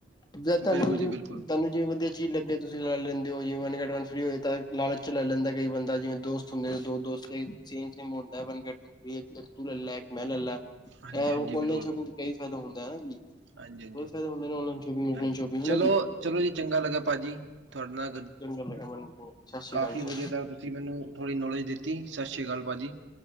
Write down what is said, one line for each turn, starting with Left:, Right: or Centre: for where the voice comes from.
Left: ਜਦ ਤੁਹਾਨੂੰ
Right: ਬਿਲਕੁਲ
Left: ਜ
Right: ਜੀ ਬਿਲਕੁਲ
Left: ਤੁਹਾਨੂੰ ਜਿਵੇਂ ਵਧੀਆ ਚੀਜ਼ ਲੱਗਦੀ ਆ ਤੁਸੀਂ ਲੈਂ ਲੈਂਦੇ ਓ <unintelligible> ਲਾਲਚ ਚ ਲੈ ਲੈਂਦਾ ਕਈ ਬੰਦਾ ਜਿਵੇਂ ਦੋਸਤ ਹੁੰਦੇ ਨੇ ਦੋ ਦੋਸਤ ਸੇਮ ਸੇਮ ਹੁੰਦਾ ਵਨ ਗੈੱਟ <unintelligible> ਤੂੰ ਲੈ ਲੈ ਇੱਕ ਮੈਂ ਲੈ ਲੈ
Right: ਹਾਂਜੀ
Left: ਇਹ
Right: ਹਾਂਜੀ ਬਿਲਕੁਲ
Left: ਆਨਲਾਈਨ ਸ਼ੋਪਿੰਗ ਚ ਇਹੀ ਫਾਇਦਾ ਹੁੰਦਾ ਐ ਨਾ ਜੀ।
Right: ਹਾਂਜੀ ਹਾਂਜੀ
Left: ਬਹੁਤ ਫਾਇਦਾ ਹੁੰਦੇ ਨੇ ਔਨਲਾਈਨ ਸ਼ੋਪਿੰਗ
Right: ਹਾਂਜੀ
Left: ਔਫਲਾਈਨ ਸ਼ੋਪਿੰਗ
Right: ਚਲੋ
Left: ਹਨਾ ਜੀ
Right: ਚਲੋ ਜੀ ਚੰਗਾ ਲੱਗਾ ਭਾਜੀ ਤੁਹਾਡੇ ਨਾਲ
Left: <inaudible>
Right: ਕਾਫੀ
Left: ਸਤਿ
Right: ਵਧੀਆ ਤਰ੍ਹਾਂ ਤੁਸੀਂ ਮੈਨੂੰ ਥੋੜ੍ਹੀ ਨੌਲੇਜ ਦਿੱਤੀ ਸਤਿ ਸ਼੍ਰੀ ਅਕਾਲ ਭਾਜੀ।